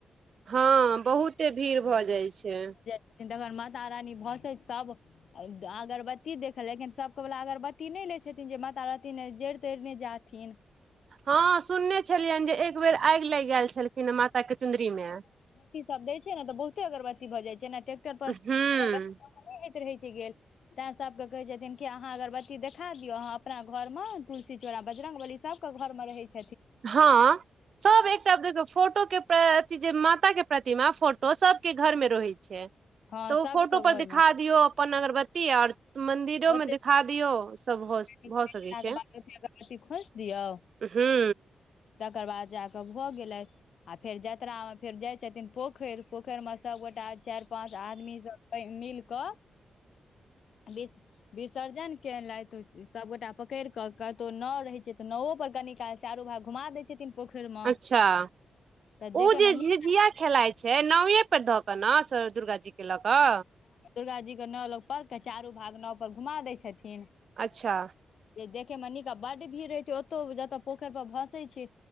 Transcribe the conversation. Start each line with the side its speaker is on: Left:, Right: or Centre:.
Right: हँ बहुते भीड़ भऽ जाइ छै
Left: ति घर म तारानी बहुत से सब <unintelligible> अगरबती देख लेकिन सबके वला अगरबत्ती नै लै छथिन जे माता रहथीन जैड़ तरिने जा थीन
Right: हँ सुनने छलियनि जे एक बेर आगि लागि गेल छलखिन माता के चुन्दरी मे
Left: अरबत्ती सब दै छै ने तऽ बहुते अगरबती भऽ जाइ छै ने ट्रैक्टर पर
Right: हूँ
Left: अगरबती नै होइत रहै छै गेल तैं सबके कहे छथिन कि अहाँ अगरबत्ती देखा दियौ अहाँ अपना घर मे तुलसी चोरा बजरंगबली सब घर मे रहै छै
Right: हँ <inaudible> सब एकटा देखियो फोटो केँ अथी जे माता केँ प्रतिमा फोटो सब केँ घर मे रहै छै
Left: हँ
Right: तऽ
Left: सबके
Right: ओ फोटो पर
Left: घर
Right: दिखा
Left: मे
Right: दियौ अपन अगरबत्ती और तऽ मन्दिरोमे
Left: ओते
Right: देखा दियौ सभ भऽ
Left: घंटा
Right: भऽ सकै
Left: के
Right: छै
Left: बाद अगरबत्ती खोसि दियौ
Right: <inaudible> हूँ
Left: तकर बाद जा कऽ भऽ गेलै आ फेर जातरा मे फेर जाय छथिन पोखर पोखर में सबगोटा चार पांच आदमी सब मिल कऽ <inaudible> विस विसर्जन केलथि सबगोटा पकड़ कऽ कतै नाव रहै छै तऽ नावो पर कनी काल चारू भाग घुमा दय छथिन पोखरि मे
Right: अच्छा <inaudible>
Left: तऽ देखे
Right: ओ जे
Left: मे नीक
Right: झिझिया खेलाइत छै नावए पर धऽ कऽ न दुर्गा जी कऽ लऽ कऽ
Left: दुर्गा जी कऽ नाव लो पर तऽ चारू भाग नाव पर घुमा दै छथिन
Right: अच्छा
Left: जे देखे मे निका बड भीड़ रहै छै ओतौ जतय पोखर पर भसै छै